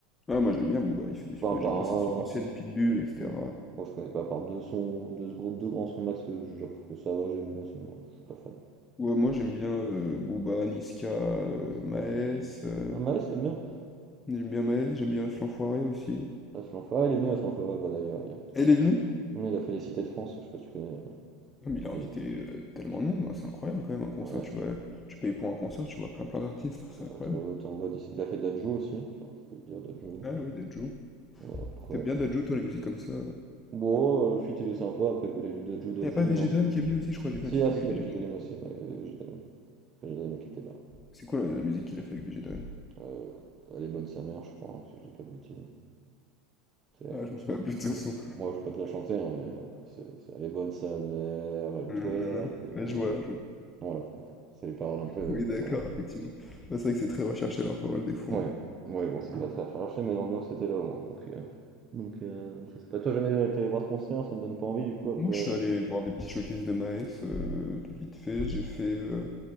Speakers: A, on the left; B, on the right.
A: Ah, moi j'aime bien Booba, il fait des...
B: Enfin,
A: mais
B: par
A: j'aime
B: un.
A: bien ses sons anciennes, Pitbull, etc.
B: hmm. Moi, je connais pas, par deux sons, deux, gros- deux grands sons max que je que ça va, j'aime bien, sinon, je suis pas fan.
A: Ouais, moi j'aime bien euh, Booba, Niska, euh,
B: Disque,
A: Maes,
B: euh,
A: euh,
B: Ah, Maes, t'aimes bien?
A: j'aime bien Maes, j'aime bien Flanfoiré aussi.
B: Ah, Flanfara, il est venu à Flanfara, bah d'ailleurs, hier.
A: Elle est venue?
B: Hum, Il a fait les cités de France, je sais pas si tu connais. euh,
A: Ah, mais
B: c'est
A: il a invité
B: une-
A: euh, tellement de monde, hein, c'est incroyable quand même, un concert,
B: Ouais,
A: tu vois, tu payes pour un concert, tu vois plein plein d'artistes, c'est
B: bah,
A: incroyable.
B: t'en- t'en vois d'ici. Il a fait Dadjo aussi, tiens, je voulais te dire Dadjo.
A: Ah oui, Dadju.
B: Ouais, après.
A: T'aimes
B: euh,
A: bien Dadju, toi, les musiques comme ça?
B: Bon, euh, le feat il est sympa, après, côté du Dadjo,
A: Il
B: Dadjo,
A: n'y a pas Vegedream
B: non.
A: qui est venu aussi, je crois, j'ai vu
B: Si,
A: un TikTok
B: ah si,
A: avec
B: il
A: Vegedream
B: y avait G-Dream aussi, ouais, il y avait G-Dream. G-Dream qui était là.
A: C'est quoi la, la musique qu'il a fait avec VGDream?
B: Heu, elle est bonne sa mère, je crois, hein, si je dis pas de bêtises. C'est
A: Ah, je
B: bon,
A: me
B: je
A: souviens
B: peux
A: plus de son son.
B: moi, je peux te la chanter, hein, mais heu, c'est c'est elle est bonne sa mère, elle
A: Euh,
B: twerk, heu,
A: Là,
B: on
A: je vois, je vois.
B: voilà, c'est les paroles un peu, heu,
A: Oui, d'accord,
B: voilà.
A: effectivement. Bah, c'est vrai que c'est très recherché leurs paroles des fois.
B: Ouais,
A: hein.
B: ouais, bon, c'est pas très recherché, mais l'ambiance était là au moins, donc heu, donc heu, donc c'est pas Toi, jamais, heu, tu allé voir ce concert, ça me donne pas envie du coup après?
A: Moi, je suis allé voir des petits showcases de Maes, euh, de vite fait. J'ai fait. euh,